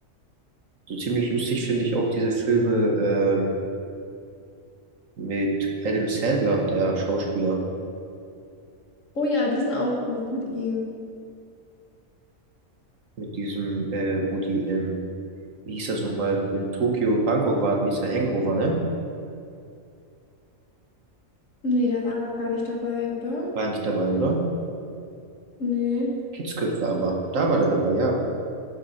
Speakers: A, on the right (about 75°); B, on the left (about 70°).
A: So ziemlich lustig finde ich auch diese Filme ähm, mit Adam Sandler, der Schauspieler.
B: Oh ja, die sind auch gut mit ihm.
A: Mit diesem, äh, wo die in, wie hieß das nochmal, in Tokio und Bangkok waren, wie hieß der Hangover, ne?
B: Nee, da war er doch gar nicht dabei, oder?
A: War er nicht dabei, oder?
B: Nee.
A: Kidsköpfe aber. Da war der dabei, ja.